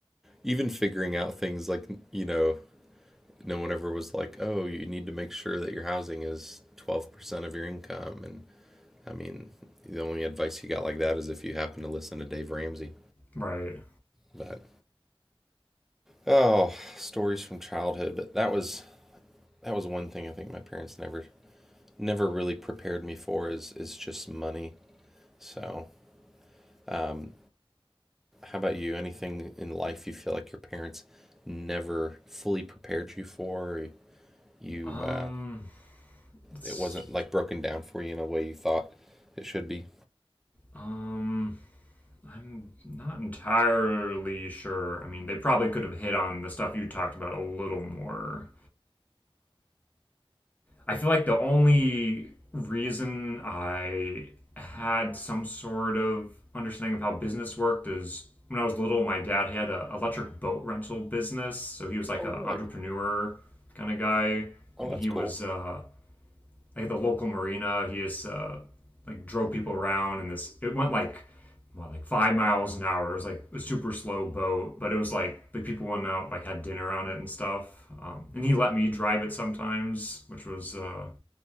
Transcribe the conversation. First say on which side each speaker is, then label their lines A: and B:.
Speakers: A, in the centre; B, on the left (about 15°).
A: even figuring out things like, you know, no one ever was like, "Oh, you need to make sure that your housing is 12% of your income and I mean, the only advice you got like that is if you happen to listen to Dave Ramsey.
B: Right.
A: But oh, stories from childhood. But that was that was one thing I think my parents never never really prepared me for is is just money. So, um, how about you? Anything in life you feel like your parents never fully prepared you for? Or you
B: Um.
A: uh,
B: It's.
A: it wasn't like broken down for you in a way you thought it should be.
B: Um. I'm not entirely sure. I mean, they probably could have hit on the stuff you talked about a little more. I feel like the only reason I had some sort of understanding of how business worked is when I was little, my dad he had an electric boat rental business, so he was like
A: Oh,
B: an entrepreneur
A: you're like,
B: kind of guy,
A: oh,
B: and
A: that's
B: he
A: cool.
B: was uh, like at the local marina. He just uh, like drove people around, and this it went like what like five miles an hour. It was like a super slow boat, but it was like the people went out like had dinner on it and stuff. Um, and he let me drive it sometimes, which was uh,